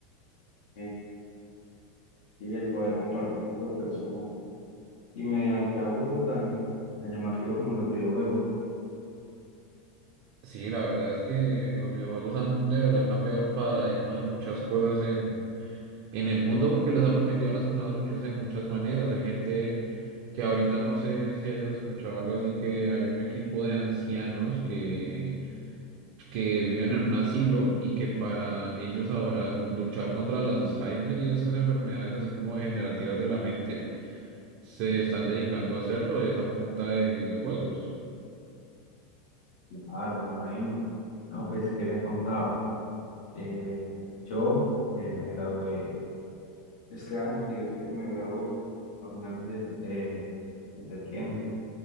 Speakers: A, on the left; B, on the right.
A: eh, y el poder compartir con otras personas y mediante algo tan tan llamativo como los videojuegos.
B: Sí, la verdad es que los videojuegos han de verdad cambiado el paradigma de muchas cosas en, en el mundo porque les ha permitido a las personas unirse de muchas maneras. Hay gente que ahorita no sé si hayas escuchado algo así que hay un equipo de ancianos que, que viven en un asilo y que para ellos ahora luchar contra el Alzheimer y estas enfermedades así como degenerativas de la mente se están dedicando a hacerlo es a punta de videojuegos.
A: Claro, me imagino. No, pues, ¿qué le contaba? Eh, yo eh, me gradué este año, si Dios quiere, me graduó a finales de, de- de septiembre